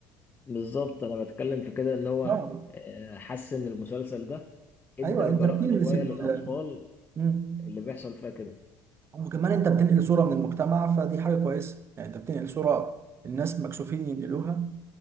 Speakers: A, on the left; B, on the right.
A: بالظبط أنا بتكلم في كده إن هو
B: اه
A: آه، حس إن المسلسل ده ادى
B: ايوه
A: الجرأة
B: انت بتلمس
A: شوية
B: ال...
A: للأطفال
B: مم.
A: اللي بيحصل فيها كده
B: وكمان انت بتنقل صوره من المجتمع فدي حاجه كويسه يعني انت بتنقل صوره الناس مكسوفين ينقلوها